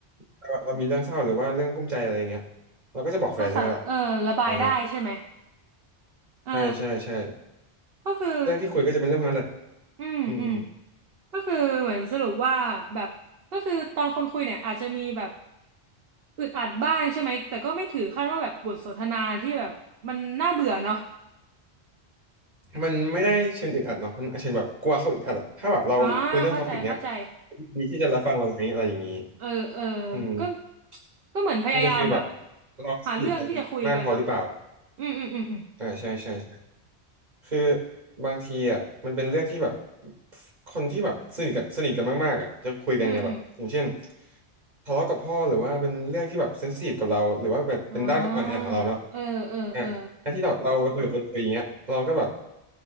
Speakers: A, on the right; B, on the right.
A: เราเรามีเรื่องเศร้าหรือว่าเรื่องกุ้มใจอะไรอย่างเงี้ยเราก็จะบอกแฟนใช่ไหมล่ะ
B: ก็สารเออระบายได้ใช่ไหม
A: อ่า
B: เออ
A: ใช่ใช่ใช่
B: ก็คือ
A: เรื่องที่คุยก็จะเป็นเรื่องพวกนั้นแหละ
B: อืมอืม
A: อืมอืม
B: ก็คือเหมือนสรุปว่าแบบก็คือตอนคนคุยเนี่ยอาจจะมีแบบอึดอัดบ้างใช่ไหมแต่ก็ไม่ถือขั้นว่าแบบบทสนทนาที่แบบมันน่าเบื่อเนาะ
A: มันไม่ได้เชิงอึดอัดเนาะมันเชิงแบบกลัวเขาอึดอัดอะถ้าแบบเราคุยเรื่องท็อปิกเนี้ย
B: อ่าเข้าใจเข้าใจ
A: ดีที่จะรับฟังเราไหมอะไรอย่างนี้
B: เออเออ
A: อืม
B: ก็ก็เหมือนพยายามแบบ
A: มันจะฟีลแบบเราสนิทกันมากพอหรือเปล่า
B: หาเรื่องที่จะคุยกันเนาะอืมอืมอืมอืม
A: อ่าใช่ใช่ใช่คือบางทีอ่ะมันเป็นเรื่องที่แบบคนที่แบบสนิทกันสนิทกันมากๆอ่ะจะคุยกันไงแบบอย่างเช่น
B: อืมอืม
A: ทะเลาะกับพ่อหรือว่าเป็นเรื่องที่แบบเซนซิทีฟกับเราหรือว่าแบบเป็นด้านอ่อนแอของเราเนาะ
B: อ่าเออเออเออ
A: อ่ะการที่เราเราคุยกับคนคุยอย่างเงี้ยเราก็แบบ